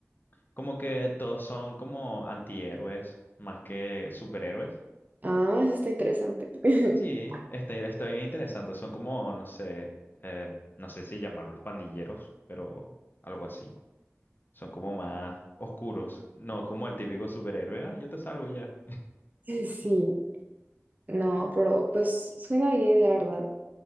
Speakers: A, on the left; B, on the right.
A: Como que todos son como antihéroes más que superhéroes.
B: Ah, eso está interesante. <laughs>
A: Sí, está, está bien interesante. Son como, no sé, eh, no sé si llamarlos pandilleros, pero algo así. Son como más oscuros, no como el típico superhéroe. Ah, yo te salvo y ya.
B: Sí, no, pero pues suena bien, la verdad.